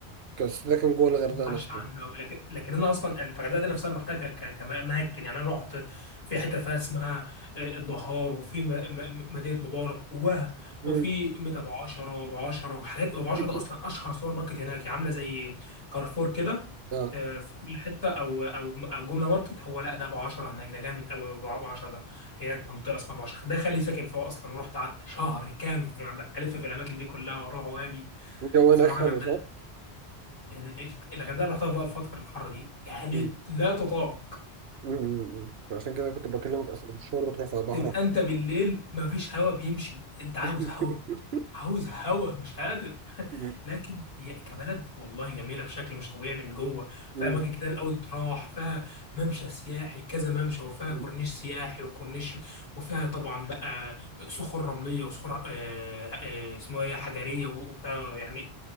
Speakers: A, on the right; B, on the left.
A: كان ده كان جوه
B: ما
A: الغردقه
B: اسمعش
A: نفسه
B: عنه قوي لكن لكن انا اصلا أنا الغردقه دي نفسها انا رحتها ك- ك- كاماكن يعني انا رحت في حته فيها اسمها آه، الدهار وفي م- م- مدينه مبارك جواها
A: مم.
B: وفي ميت ابو عشره وابو عشره وحاجات ابو
A: <laughs>
B: عشره ده اصلا اشهر سوبر ماركت هناك يعني عامله زي كارفور كده
A: اه
B: آه، في كل حته او او او جمله ماركت هو لا ده ابو عشره هناك ده جامد قوي ابو أبو عشره ده هناك منطقه اسمها ابو عشره ده خالي ساكن فيها اصلا ورحت قعدت شهر كامل في الغردقه الف في الاماكن دي كلها واروح واجي
A: الجو
B: بصراحه
A: هناك حلو
B: الغردقه
A: صح؟
B: ال- ال- الغردقه اللي رحتها بقى في فتره الحر دي كانت
A: مم.
B: لا تطاق
A: مم. مم. عشان كده كنت بكلمك اصلا الشغل بتاع البحر
B: تبقى انت بالليل مفيش هوا بيمشي انت عاوز
A: <laughs>
B: هوا عاوز هوا مش قادر <laughs>
A: مم.
B: لكن هي كبلد والله جميله بشكل مش طبيعي من جوه
A: مم.
B: في اماكن كتير قوي تروح فيها ممشى سياحي كذا ممشى وفيها
A: مم.
B: كورنيش سياحي وكورنيش وفيها طبعا بقى صخور رمليه وصخور آه آه اسمها ايه حجريه وفيها يعني